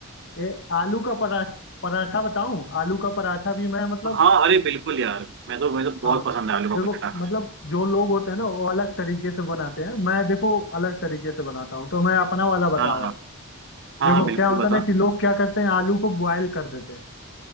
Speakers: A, on the left; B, on the right.
A: ये आलू का पराठा पराठा बताऊं आलू का पराठा भी मैं मतलब
B: पे हाँ अरे बिल्कुल यार मैं तो मुझे तो
A: हाँ
B: बहुत पसंद है आलू
A: देखो
B: का पराठा
A: मतलब जो लोग होते हैं ना वो अलग तरीके से बनाते हैं मैं देखो अलग तरीके से बनाता हूँ तो मैं अपना वाला बता
B: हाँ
A: रहा हूँ
B: हाँ
A: देखो
B: बिल्कुल
A: क्या होता
B: बता
A: है ना कि लोग क्या करते हैं आलू को बॉयल कर देते हैं